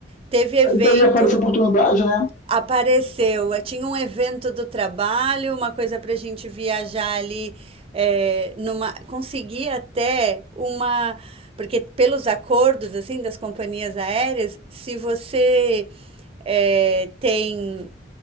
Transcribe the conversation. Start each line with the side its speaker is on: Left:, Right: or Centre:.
Right: Teve evento
Left: Aí daí aparece a oportunidade, né?
Right: Apareceu. Eh, Tinha um evento do trabalho, uma coisa para a gente viajar ali. É, numa, consegui até uma. Porque pelos acordos assim das companhias aéreas, se você é, tem